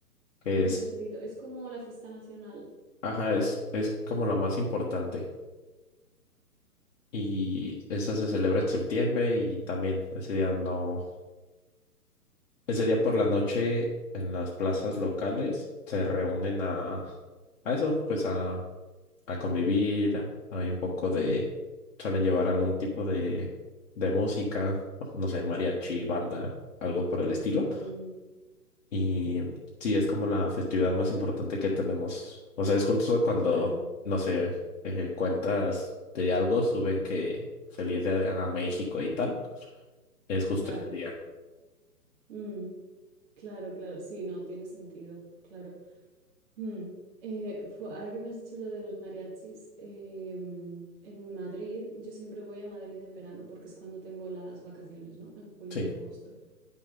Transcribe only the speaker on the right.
el Día
del Grito. Es como la fiesta nacional.
Ujú. Mm,
claro,
claro.
Mm, claro, claro. Sí, no, tiene sentido. Claro. Mm. Eh, fu- ahora que me has dicho lo de los mariachis, em, en Madrid, yo siempre voy a Madrid en verano porque es cuando tengo las vacaciones, ¿no? En julio
y en agosto.